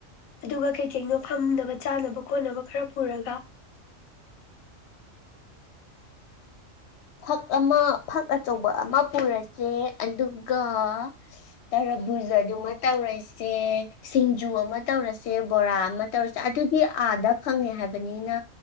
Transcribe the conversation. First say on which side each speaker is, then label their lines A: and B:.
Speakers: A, on the left; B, on the left.
A: ꯑꯗꯨꯒ ꯀꯩ ꯀꯩꯅꯣ ꯐꯝꯅꯕ ꯆꯥꯅꯕ ꯈꯣꯠꯅꯕ ꯈꯔ ꯄꯨꯔꯒ
B: ꯐꯛ ꯑꯃ ꯐꯛ ꯑꯆꯧꯕ ꯑꯃ ꯄꯨꯔꯁꯦ ꯑꯗꯨꯒ ꯇꯔꯕꯨꯖ ꯗꯨꯃ ꯇꯧꯔꯁꯦ ꯁꯤꯡꯖꯨ ꯑꯃ ꯇꯧꯔꯁꯦ ꯕꯣꯔꯥ ꯑꯃ ꯇꯧꯔꯁꯦ ꯑꯗꯨꯗꯤ ꯑꯥꯗ ꯐꯪꯉꯦ ꯍꯥꯏꯕꯅꯤꯅ